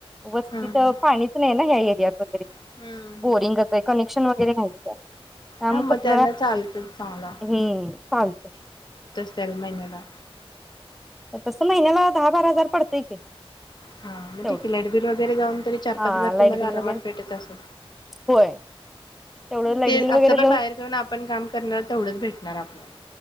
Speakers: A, in the centre; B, on the left (about 45°).
A: व <inaudible> तिथं
B: हम्म हम्म
A: पाणीच नाही ना या्या एरियात वगैरे
B: हम्म हम्म
A: बोरिंगच
B: हम्म
A: आहे कनेक्शन वगैरे घ्यायचं आहे
B: हा
A: मग कस
B: त्यांना चालतच चांगला
A: हम्म चालत.
B: दर महिन्याला
A: तस महिन्याला दहा बारा हजार पडतंय की.
B: हा मग
A: तेवढं
B: लाईट बिल वगैरे जाऊन तरी चार
A: हा
B: पाच हजार
A: लाईट
B: तुम्हाला
A: बिल
B: आरामात
A: वगैरे
B: भेटत असेल.
A: होय तेवढं लाईट
B: ते
A: बिल
B: असं
A: वगैरे
B: पण
A: जाऊन
B: बाहेर जाऊ ना आपण काम करण तेवढंच भेटणार आपल्याला.